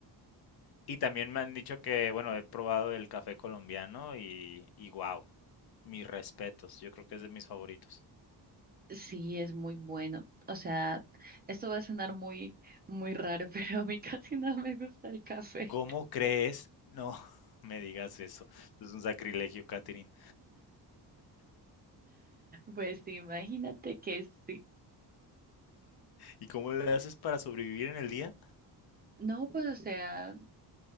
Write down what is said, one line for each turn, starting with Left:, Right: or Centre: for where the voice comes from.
Left: Y también me han dicho que, bueno, he probado el café colombiano y, y wow, mis respetos, yo creo que es de mis favoritos.
Right: Sí, es muy bueno. O sea, esto va a sonar muy, muy raro, <laughs> pero a mí casi no me gusta el café.
Left: ¿Cómo crees? No <laughs> me digas eso, es un sacrilegio, Katherine.
Right: Pues imagínate que sí.
Left: ¿Y cómo le haces para sobrevivir en el día?
Right: No, pues o sea.